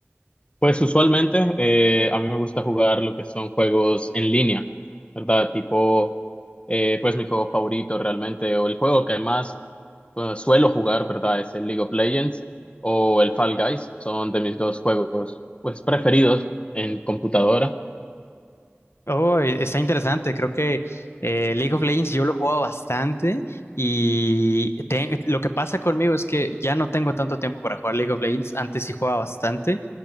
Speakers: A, on the left (about 25°); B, on the left (about 70°).
A: Pues usualmente eh, a mí me gusta jugar lo que son juegos en línea, ¿verdad? Tipo, eh, pues mi juego favorito realmente, o el juego que más eh, suelo jugar, ¿verdad? Es el League of Legends o el Fall Guys, son de mis dos juegos pues preferidos en computadora.
B: Oh, e- está interesante. Creo que eh, League of Legends yo lo he jugado bastante y te- lo que pasa conmigo es que ya no tengo tanto tiempo para jugar League of Legends. Antes sí jugaba bastante